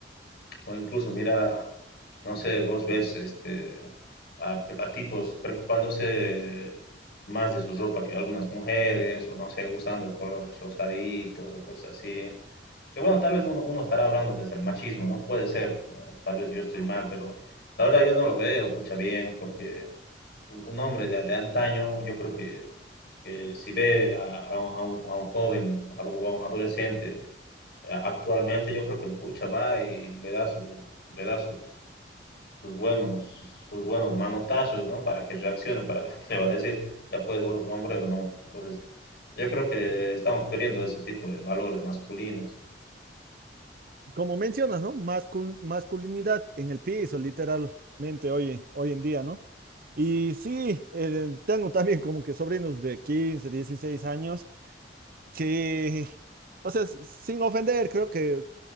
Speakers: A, on the left (about 60°); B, on the right (about 55°).
A: o incluso, mira, no sé, vos ves este, a, a tipos preocupándose más de su ropa que algunas mujeres, o no sé, usando colores rosaditos o cosas así que bueno, tal vez uno, uno estará hablando desde el machismo, ¿no? Puede ser, eh, tal vez yo estoy mal, pero la verdad yo no lo veo, pucha, bien, porque un, un hombre de, de antaño, yo creo que, que si ve a, a un, a un- a un joven, a un a un adolescente, a- actualmente yo creo que pucha va y le da su, le da sus, sus buenos, sus buenos manotazos, ¿no? Para que reaccione, para <laughs> le va a decir, ya puedes vos, hombre o no. Entonces, yo creo que estamos perdiendo ese tipo de valores masculinos.
B: Como mencionas, ¿no? Mascul- masculinidad en el piso, literalmente, hoy, hoy en día, ¿no? Y sí, eh, tengo también como que sobrinos de 15, 16 años que, o sea, s- sin ofender, creo que,